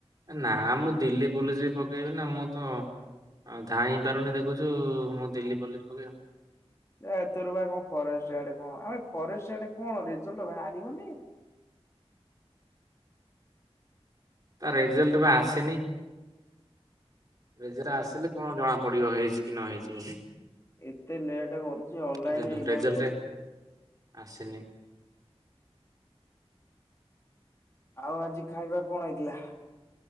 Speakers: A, on the right; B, on the left.
A: ନା ମୁଁ ଦିଲ୍ଲୀ ପୋଲିସ ବି ପକେଇବି ନା ମୁଁ ତ ଅ ଧାଇଁ ପାରୁନି ଦେଖୁଛୁ ମୁଁ ଦିଲ୍ଲୀ ପୋଲିସ ପକେଇବି।
B: ଏ ତୋର ବା କଣ ଫରେଷ୍ଟ ଗାର୍ଡ କଣ ଆମ ଫରେଷ୍ଟ ଗାର୍ଡ କଣ ରେଜଲ୍ଟ ବାହାରିବନି।
A: ତା ରେଜଲ୍ଟ ବା ଆସିନି। ରେଜରେ ଆସିଲେ କଣ ଜଣା ପଡିବ ହେଇଛି କି ନ ହେଇଛି ବୋଲି।
B: ଏତେ ଲେଟ୍ କରୁଚି ଅନଲାଇନ
A: ବୁଝିଲୁ
B: ଏକ୍ଜାମ
A: ରେଜଲ୍ଟ
B: ପୁଣି।
A: ଆସିନି।
B: ଆଉ ଆଜି ଖାଇବା କଣ ହେଇଥିଲା।